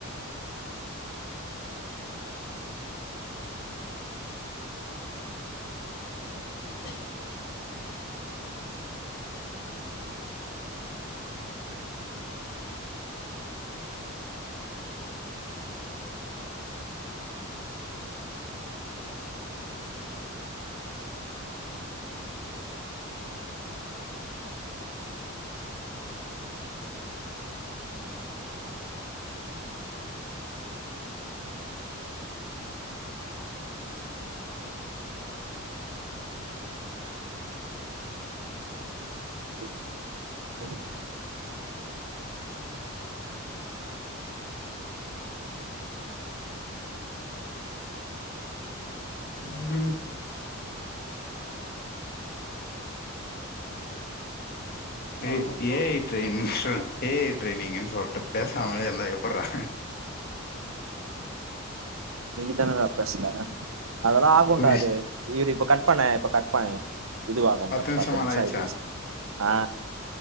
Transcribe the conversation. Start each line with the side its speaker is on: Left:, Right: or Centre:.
Left: தை
Right: ம் ம்
Left: <unintelligible> <unintelligible> எ ஐ ட்ரைனிங்கு சொ எ ஐ ட்ரைனிங்கின் சொல்ட்டு பேசாமலே இருந்தா எப்புட்றா
Right: நீங்கதானடா பேசல அதெல்லா ஆகுண்டா
Left: புரி
Right: இது இவ்ரு இப்ப கட் பண்ணே இப்ப கட் பண்ணே இதுவாகும்பா
Left: நிமிஷோ
Right: பத்து
Left: மேல
Right: நிம்ஷ
Left: ஆயிடுச்சா
Right: எட்டு நிம்ஷ ஆ